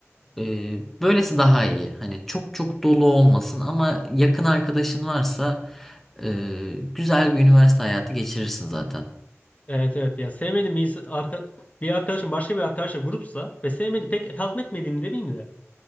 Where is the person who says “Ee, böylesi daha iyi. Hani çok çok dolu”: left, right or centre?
Centre